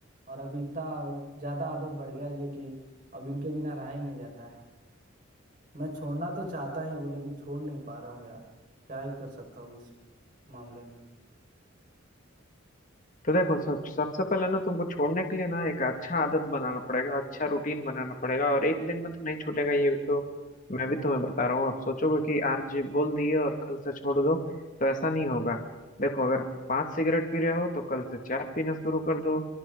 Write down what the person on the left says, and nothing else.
तो देखो सब सबसे पहले ना तुमको छोड़ने के लिए ना एक अच्छा आदत बनाना पड़ेगा अच्छा रूटीन बनाना पड़ेगा और एक दिन में तो नहीं छूटेगा ये भी तो मैं भी तुम्हें बता रहा हूँ अब सोचोगे कि आज बोल दिए और कल से छोड़ दो तो ऐसा नहीं होगा देखो अगर पांच सिगरेट पी रहे हो तो कल से चार पीना शुरू कर दो